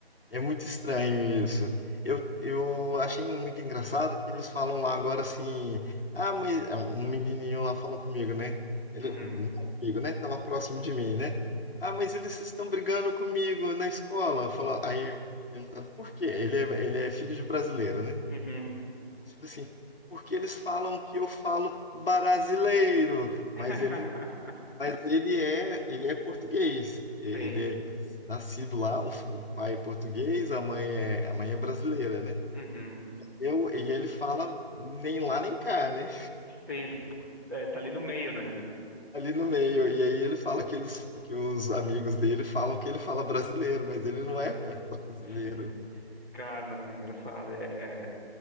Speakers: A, on the left; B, on the right.
A: é muito estranho isso. Eu, eu achei muito engraçado que eles falam lá agora assim. Ah, mas ah, um menininho lá falou comigo, né? Ele,
B: Uhum,
A: não comigo, né? Tava próximo de mim, né? Ah, mas eles estão brigando comigo na escola. Falou, aí perguntando por quê? Ele é, ele é filho de brasileiro, né?
B: uhum.
A: Eu falei assim, porque eles falam que eu falo brasileiro, mas
B: <laughs>
A: ele mas ele é, ele é português. Ele
B: Sim,
A: é nascido lá, o, o pai é português, a mãe é, a mãe é brasileira, né?
B: uhum.
A: Eu, e ele fala nem lá nem cá, né?
B: Sim, é, tá ali no meio, né?
A: Ali no meio. E aí ele fala que, eles, que os amigos dele falam que ele fala brasileiro, mas ele
B: <laughs>
A: não é <laughs> brasileiro.
B: Sim. Cara, não, é engraçado. É, é.